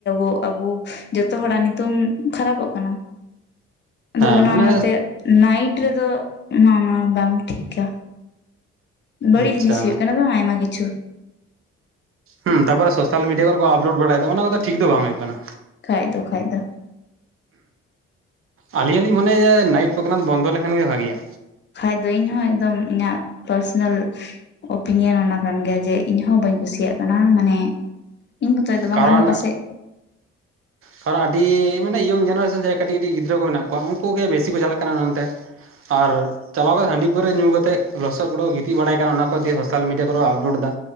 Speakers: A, on the left (about 40°); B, on the right (about 50°).
A: ᱟᱵᱩ ᱡᱚᱛᱚ ᱦᱚᱲᱟᱜ ᱱᱩᱛᱩᱢ ᱠᱷᱟᱨᱟᱯᱚᱜ ᱠᱟᱱᱟ ᱟᱫᱚ
B: ᱦᱮᱸ
A: ᱚᱱᱟ
B: ᱢᱟᱱᱮ
A: ᱚᱱᱟᱛᱮᱼᱼ ᱱᱟᱭᱤᱴ ᱨᱮᱫᱚ ᱚᱱᱟ ᱚᱱᱟ ᱵᱟᱝ ᱴᱷᱤᱠᱟ᱾ ᱵᱟᱹᱲᱤᱡ
B: ᱟᱪᱪᱷᱟ
A: ᱡᱤᱱᱤᱥ ᱦᱩᱭᱩᱜ ᱠᱟᱱᱟ ᱵᱟᱝ ᱟᱭᱢᱟ ᱠᱤᱪᱷᱩ᱾
B: ᱦᱩᱸ ᱛᱟᱯᱚᱨ ᱥᱳᱥᱟᱞ ᱢᱤᱰᱤᱭᱟ ᱠᱚᱨᱮ ᱠᱚ ᱟᱯᱞᱳᱰ ᱵᱟᱲᱟᱭ ᱫᱟ ᱚᱱᱟ ᱠᱚᱫᱚ ᱴᱷᱤᱠ ᱫᱚ ᱵᱟᱝ ᱦᱳᱭᱳᱜ ᱠᱟᱱᱟ᱾
A: ᱠᱷᱟᱡ ᱫᱚ ᱠᱷᱟᱡ ᱫᱚ᱾
B: ᱟᱹᱞᱤᱧ ᱦᱚᱞᱤᱧ ᱢᱚᱱᱮᱭᱟ ᱡᱮ ᱱᱟᱭᱤᱴ ᱯᱨᱳᱜᱨᱟᱢ ᱵᱚᱱᱫᱚ ᱞᱮᱠᱷᱟᱱ ᱜᱮ ᱵᱷᱟᱹᱜᱤᱭᱟ᱾
A: ᱠᱷᱟᱡ ᱫᱚ ᱤᱧ ᱦᱚᱸ ᱮᱠᱫᱚᱢ ᱤᱧᱟᱹᱜ ᱯᱟᱨᱥᱚᱱᱟᱞᱼᱼ ᱚᱯᱤᱱᱤᱭᱟᱱ ᱚᱱᱟ ᱠᱟᱱ ᱜᱮᱭᱟ ᱡᱮ ᱤᱧᱦᱚᱸ ᱵᱟᱹᱧ ᱠᱩᱥᱤᱭᱟᱜ ᱠᱟᱱᱟ ᱢᱟᱱᱮᱼᱼ ᱤᱧ ᱢᱚᱛᱚᱡ ᱫᱚ ᱵᱟᱝ
B: ᱠᱟᱨᱚᱱ
A: ᱟᱨᱦᱚᱸ ᱯᱟᱥᱮᱫᱼᱼ
B: ᱠᱟᱨᱚᱱ ᱟᱹᱰᱤ ᱢᱟᱱᱮ ᱤᱭᱚᱝ ᱡᱮᱱᱟᱨᱮᱥᱚᱱ ᱡᱟᱸᱦᱟᱭ ᱠᱟᱹᱴᱤᱡ ᱠᱟᱹᱴᱤᱡ ᱜᱤᱫᱽᱨᱟᱹ ᱠᱚ ᱢᱮᱱᱟᱜ ᱠᱚᱣᱟ ᱩᱱᱠᱩ ᱜᱮ ᱵᱮᱥᱤ ᱠᱚ ᱪᱟᱞᱟᱜ ᱠᱟᱱᱟ ᱚᱱᱮ ᱱᱚᱱᱛᱮᱼᱼ ᱟᱨᱼᱼ ᱪᱟᱞᱟᱣ ᱠᱟᱛᱮᱫ ᱦᱟᱺᱰᱤ ᱯᱟᱹᱣᱨᱟᱹ ᱧᱩ ᱠᱟᱛᱮᱫ ᱞᱚᱥᱚᱫ ᱠᱚᱨᱮ ᱠᱚ ᱜᱤᱛᱤᱡ ᱵᱟᱲᱟᱭ ᱠᱟᱱᱟ ᱚᱱᱟ ᱠᱚ ᱫᱤᱭᱮ ᱥᱳᱥᱟᱞ ᱢᱤᱰᱤᱭᱟ ᱠᱚᱨᱮ ᱠᱚ ᱟᱯᱞᱳᱰ ᱫᱟ᱾